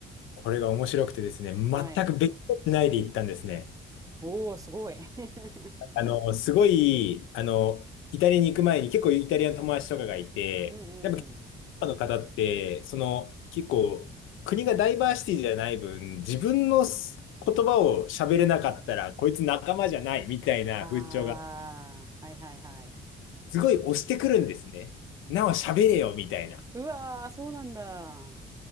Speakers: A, on the left (about 85°); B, on the right (about 15°).
A: これが面白くてですね、全く別居しないで行ったんですね。
B: はい。おー、すごい。<laughs>
A: あの、すごい、あの、イタリアに行く前に結構イタリアの友達とかがいて、
B: うんうん。
A: やっぱヨーロッパの方って、その、結構、国がダイバーシティじゃない分、自分のす言葉を喋れなかったら、こいつ仲間じゃないみたいな風潮が、
B: ああ、はいはいはい。
A: すごい押してくるんですね。なお喋れよみたいな。
B: うわー、そうなんだ。うん